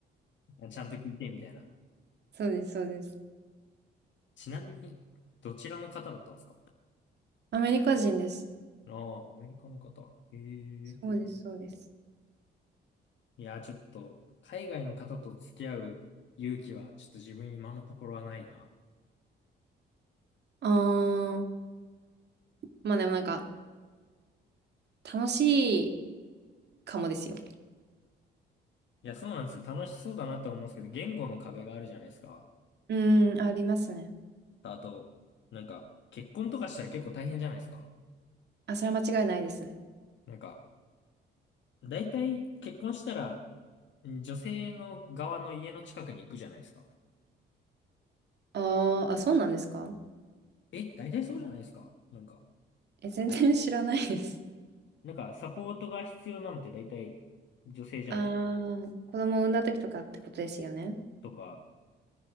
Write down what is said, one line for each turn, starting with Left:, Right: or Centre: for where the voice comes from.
Left: ちゃんと聞いて、みたいな。
Right: <laughs> そうです、そうです。
Left: ちなみに、どちらの方だったんですか
Right: アメリカ人です。
Left: ああー、アメリカの方。へえ。
Right: そうです、そうです。
Left: いやちょっと、海外の方と付き合う勇気は、ちょっと自分今のところはないな。
Right: あー、まあでもなんか、楽しいかもですよ。
Left: いや、そうなんですよ。楽しそうだなとは思うんですけど、言語の壁があるじゃないですか。
Right: うーん、ありますね。
Left: あと、なんか、結婚とかしたら結構大変じゃないですか。
Right: あ、それは間違いないですね。
Left: なんか、大体結婚したら、ん女性の側の家の近くに行くじゃないですか。
Right: あー、あ、そうなんですか
Left: え、大体そうじゃないですか。なんか、
Right: え、全然 <laughs> 知らないです。
Left: なんか、サポートが必要なのって大体女性じゃないですか。
Right: あー、子供を産んだ時とかってことですよね。
Left: とか、